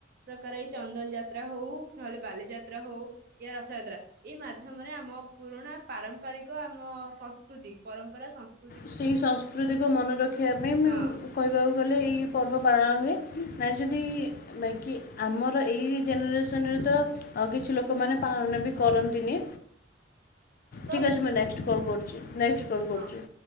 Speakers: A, on the right (about 50°); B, on the left (about 50°).
A: ପ୍ରକାର ଏଇ ଚନ୍ଦନ ଯାତ୍ରା ହଉ ନହେଲେ ବାଲିଯାତ୍ରା ହଉ ୟା ରଥ ଯାତ୍ରା ଏଇ ମାଧ୍ୟମରେ ଆମ ପୁରୁଣା ପାରମ୍ପରିକ ଆମ ସଂସ୍କୃତି ପରମ୍ପରା ସଂସ୍
B: ସେହି ସଂସ୍କୃତିକୁ ମନେ ରଖିବା ପାଇଁ ମୁ
A: ହଁ
B: କହିବାକୁ ଗଲେ ଏଇ ପର୍ବ ପାଳନ ହୁଏ। ନାଇ ଯଦି ବାକି ଆମର ଏଇ ଜେନେରେସନରେ ତ କିଛି ଲୋକମାନେ ପାଳନ ବି କରନ୍ତିନି।
A: ତ
B: ଠିକ୍ ଅଛି ମୁଁ ନେକ୍ସଟ୍ କଲ୍ କରୁଛି ନେକ୍ସଟ୍ କଲ୍
A: ହଁ
B: କରୁଛି।